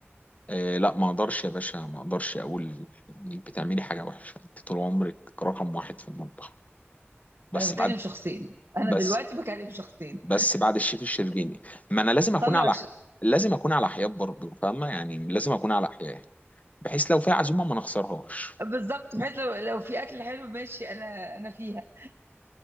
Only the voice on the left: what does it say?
إيه لا ما اقدرش يا باشا ما اقدرش اقول انك بتعملي حاجه وحشه انت طول عمرك رقم واحد في المطبخ بس
بعد
بس
بس بعد الشيف الشربيني ما انا لازم اكون
على
لازم اكون على حياد برضه فاهمه يعني لازم اكون على حياد بحيث لو في عزومه ما نخسرهاش